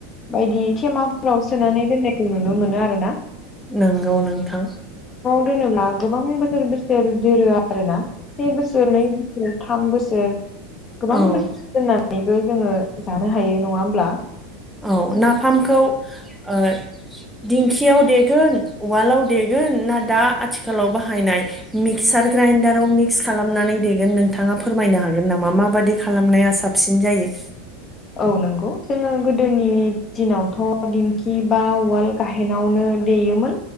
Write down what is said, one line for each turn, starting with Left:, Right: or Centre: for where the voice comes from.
Left: बायदि थेमा। फाव सोनानै दोननायखौ नुनो मोनो आरो ना।
Centre: नोंगौ नोंथां।
Left: रोनोब्ला गोबां बोसोर बोसोर जोरो आरोना। से बोसोर नै बोसोर थाम बोसोर गोबां
Centre: औ
Left: बोसोर दोनना नैबो जोङो जानो हायो नङा होमब्ला?
Centre: औ ।नाफामखौ ओ दिंखियाव देगोन उवालाव देगोन ना दा आथिखालाव बाहायनाय मिक्सार ग्रे इडाराव मिक्स खालामनानै देगोन नोंथाङा फोरमायनो हागोन नामा मााबादि खालामनाया साबसिन जायो?
Left: औ नंगौ जोङो गोदोनि दिनावथ' दिंखि बा उवाल गाहेनावनो देयोमोन।